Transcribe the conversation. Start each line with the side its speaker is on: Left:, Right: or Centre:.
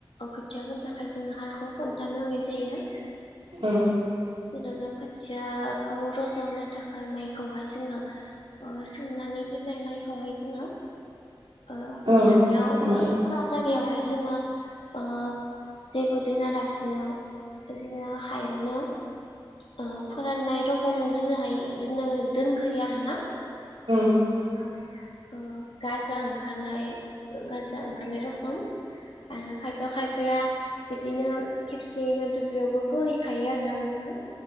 Left: खोथिया फोननो थाखाय जोङो हालखौ खन्थाम एवनाय जायो।
Right: औ
Left: जेराव जों खोथियाखौ रजा होनो थाखाय माइखौहाय जोङो ओ सोमनानै दोननाय माइखौहाय जोङो ओ
Right: औ
Left: हायाव
Right: नंगौ
Left: बा <unintelligible> बेयावहाय जोङो ओ जेबो दोनालासिनो जोंङो हायावनो ओ फोराननाय रखम दोननो हायो दोन दोनग्रोयो आरो ना
Right: औ
Left: गा ओ गांजा ओंखारनाय गाजा ओंखारनाय रखम आरो खायफा खायफाया बिदिनो खेबसेयैनो दुब्लियावबो फोहैखायो आरोना नोंथां